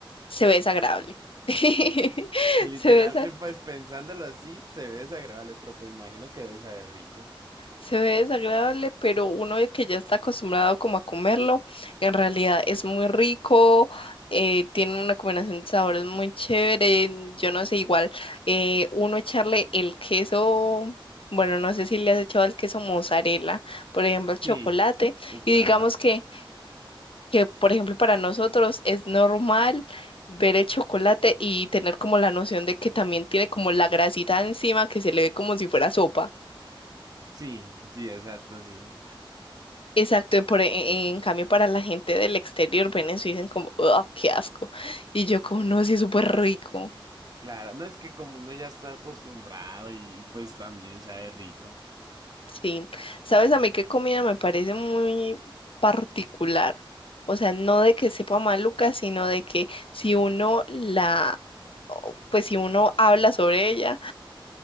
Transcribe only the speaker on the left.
se ve desagradable. <laughs>
Se ve desagradable.
Se ve desagradable, pero uno que ya está acostumbrado como a comerlo, en realidad es muy rico, eh, tiene una combinación de sabores muy chévere, yo no sé, igual eh, uno echarle el queso, bueno, no sé si le has echado el queso mozzarella, por ejemplo, el
chocolate,
y
digamos que, que, por ejemplo, para nosotros es normal ver el chocolate y tener como la noción de que también tiene como la grasita encima que se le ve como si fuera sopa.
Exacto, por, e- en cambio para la gente del exterior ven eso y dicen como, oh, qué asco. Y yo como, no, sí, es súper rico.
Sí. ¿Sabes a mí qué comida me parece muy particular? O sea, no de que sepa maluca, sino de que si uno la, o, pues si uno habla sobre ella,